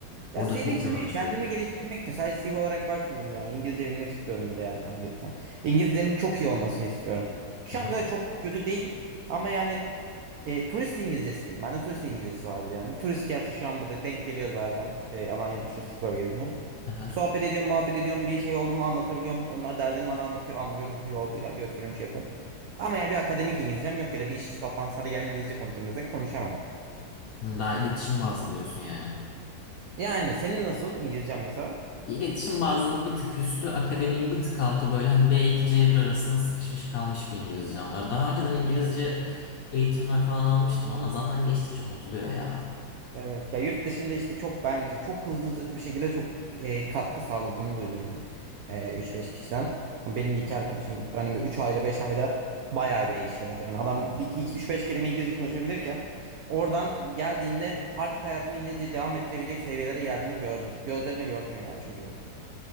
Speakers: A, on the right; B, on the left.
A: Ya
B: Orada
A: CV
B: çok
A: için
B: yol
A: değil,
B: açılıyor.
A: kendimi geliştirmek için sadece CV olarak bakmıyorum yani. İngilizce bilmek istiyorum bir de yani ayrıca. İngilizcemin çok iyi olmasını istiyorum. Şu
B: Aha,
A: anda da çok kötü değil ama yani e, turist İngilizcesi diyeyim. Bende turist İngilizcesi vardır yani. Bir turist gelse şu an burada denk geliyoruz bazen. E, Alanya'da turistik bölge biliyorsun.
B: aha.
A: Sohbet ediyorum, muhabbet ediyorum. Bir şey oldu mu anlatabiliyorum. Onlar derdini bana anlatıyor. Anlıyorum, yol ya- gösteriyorum, şey yapıyorum. Ama yani bir akademik İngilizcem yok ya da bir iş toplantısı hadi gel İngilizce konuşalım desek konuşamam.
B: Hı, Daha iletişim bazlı diyorsun yani.
A: Yani senin nasıl İngilizcen mesela?
B: İletişim bazının bir tık üstü, akademinin bir tık altı böyle hani B2 C1 arasında sıkışmış kalmış bir İngilizcem var. Daha önceden İngilizce eğitimler falan almıştım ama zaman geçtikçe unutuluyor ya.
A: Evet ya yurt dışında işte çok bence çok hızlı bir şekilde çok e, katkı sağladığını duydum ben e, 3-5 kişiden. Ama Benim bir iki arkadaşım gitti. Hani bir 3 ayda beş ayda bayağı değişiyorlar. Yani adam bir iki üç beş kelime İngilizce konuşabilirken oradan geldiğinde artık hayatını İngilizce devam ettirebilecek seviyelere geldiğini gördüm. Gözlerine gördüm yani çocuğu.